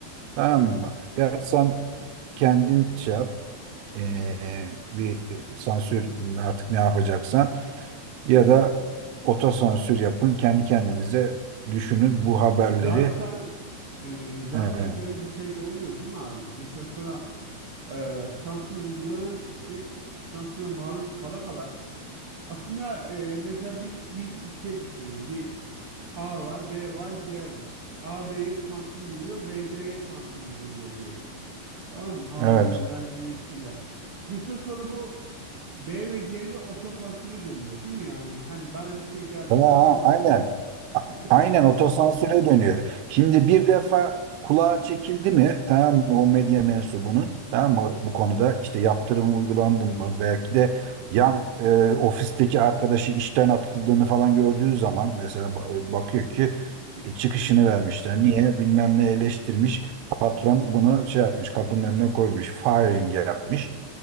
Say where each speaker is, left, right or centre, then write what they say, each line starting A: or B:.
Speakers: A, on the right (about 85°); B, on the right (about 60°).
A: Tamam
B: evet.
A: mı? Ya sen kendin şey yap. e, bir e, sansür artık ne yapacaksan Ya da otosansür yapın, kendi kendinize düşünün bu haberleri.
B: Zaten e, zaten
A: Ee,
B: şöyle bir şey de oluyor değil mi abi? Bir süre sonra e, sansür uygulanan kişi sansüre maruz kala kala aslında e, mesela bir bir şey düşünelim. Bir A var, B var, C var. A B'ye sansür uyguluyor, B C'ye sansür uyguluyor diyelim. Tamam mı? A'nın
A: evet.
B: yönlendirmesiyle. Bir süre sonra bu B ve C'de otosansüre dönüyor değil mi? Yani hani bana bir şey gelmeden
A: Tamam,
B: ben
A: Ha, aynen.
B: buna
A: A-
B: dikkat
A: Aynen
B: etmeliyim.
A: otosansüre dönüyor. Şimdi bir defa kulağa çekildi mi tamam mı o medya mensubunun tamam mı bu konuda işte yaptırım uygulandı mı belki de yan e, ofisteki arkadaşı işten atıldığını falan gördüğü zaman mesela ba- e, bakıyor ki e, çıkışını
B: Hı hı.
A: vermişler. Niye? Bilmem ne eleştirmiş. Patron bunu şey yapmış kapının önüne koymuş. Firing yapmış.